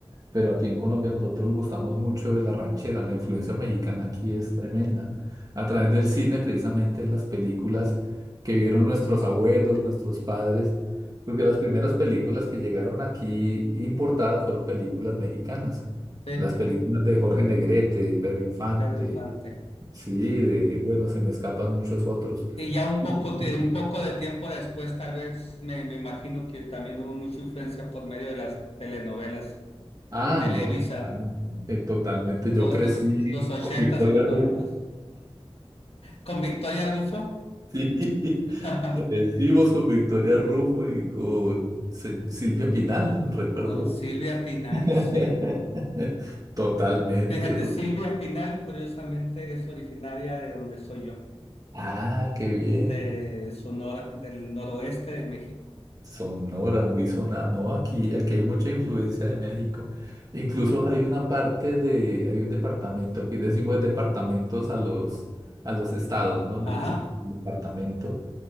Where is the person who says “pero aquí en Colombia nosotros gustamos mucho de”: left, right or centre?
Right